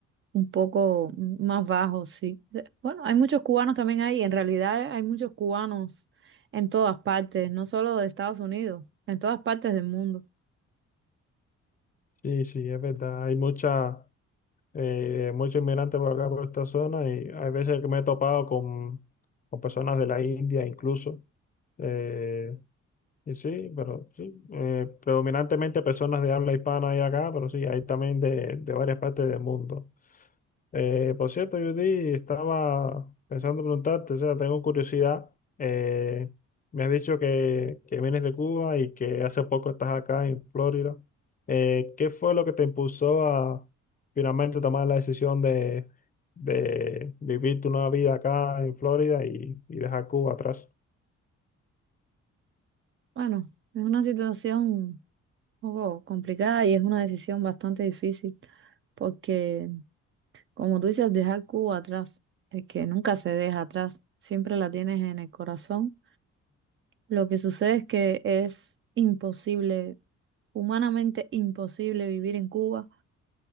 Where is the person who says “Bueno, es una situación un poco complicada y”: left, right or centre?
Right